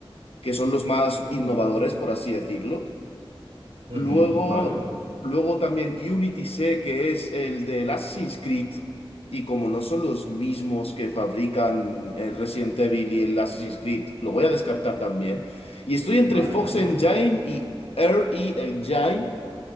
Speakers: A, on the left; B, on the right.
A: que son los más
B: Ujú.
A: innovadores, por así decirlo.
B: Ujú,
A: Luego,
B: Vale,
A: luego también Unity sé que es el del Assassin's Creed, y como no son los mismos que fabrican el Resident Evil y el Assassin's Creed, lo voy a descartar también. Y estoy entre
B: vale,
A: Fox Engine
B: vale.
A: y RE Engine,